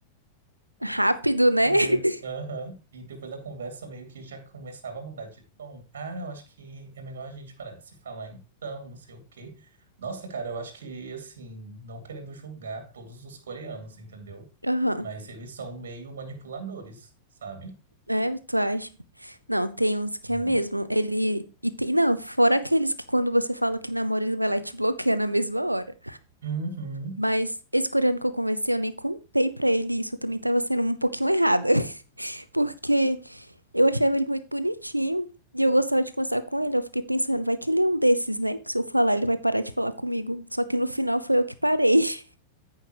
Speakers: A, on the right (about 85°); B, on the right (about 65°).
A: Rápido, né?
B: E,
A: <laughs>
B: eh, aham. E depois da conversa meio que já começava a mudar de tom. Ah, eu acho que é melhor a gente parar de se falar então, não sei o quê. Nossa, cara, eu acho que, assim, não querendo julgar todos os coreanos, entendeu?
A: Aham.
B: Mas eles são meio manipuladores, sabe?
A: É, tu acha? Não, tem uns que
B: Sim.
A: é mesmo. Ele. E tem. Não, fora aqueles que quando você fala que namora, ele vai lá e te bloqueia na mesma hora.
B: Uhum.
A: Mas esse coreano que eu conversei, eu nem contei pra ele isso. Eu também tava sendo um pouquinho errada. <laughs> Porque eu achava ele muito bonitinho. E eu gostava de conversar com ele. Eu fiquei pensando, vai que ele é um desses, né? Que se eu falar, ele vai parar de falar comigo. Só que no final foi eu que parei. <laughs>